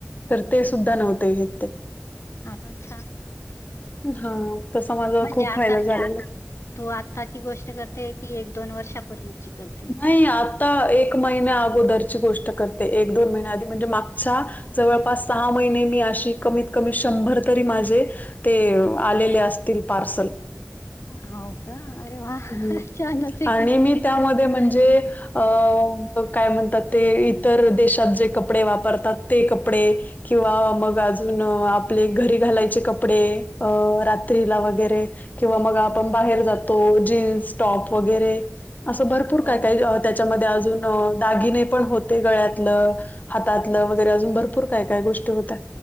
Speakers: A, on the left; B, on the left.
A: तर ते सुद्धा नव्हते घेत ते.
B: हा हा छान होत.
A: हा. तसा माझा
B: एक म्हणजे
A: खूप
B: आता
A: फायदा झालेला
B: तू आत्ताची गोष्ट करते की एक दोन वर्षापूर्वीची करते.
A: नाही आता एक महिन्या अगोदरची गोष्ट करते एक दोन महिन्या आधी म्हणजे माग च्या जवळपास सहा महिने मी अशी कमीत कमी शंभर तरी माझे ते आलेले असतील पार्सल.
B: आ आ हो का अरे वा
A: हम्म
B: छानच हे
A: आणि
B: कि मग.
A: मी त्यामध्ये म्हणजे अ काय म्हणतात ते इतर देशात जे कपडे वापरतात ते कपडे किंवा मग अजून आपले घरी घालायचे कपडे अ रात्रीला वगैरे. किंवा मग आपण बाहेर जातो जीन्स टॉप वगैरे असं भरपूर
B: हो.
A: काय काही त्याच्यामध्ये अजून अ दागिने पण होते गळ्यातलं. हातातलं
B: अच्छा.
A: वगैरे अजून भरपूर काय काय गोष्टी होत्या.